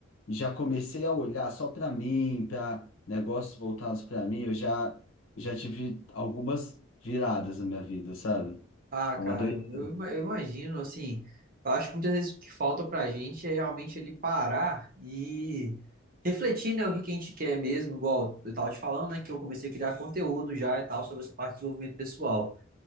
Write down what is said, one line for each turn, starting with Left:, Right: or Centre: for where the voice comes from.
Left: e já comecei a olhar só para mim, para negócios voltados para mim, eu já, já tive algumas viradas na minha vida, sabe?
Right: Ah,
Left: É
Right: cara,
Left: uma doideira.
Right: eu, ima- eu imagino, assim, eu acho que muitas vezes o que falta pra gente é realmente ele parar e refletir, né, o que que a gente quer mesmo, igual eu tava te falando, né, que eu comecei a criar conteúdo já e tal sobre essa parte de desenvolvimento pessoal.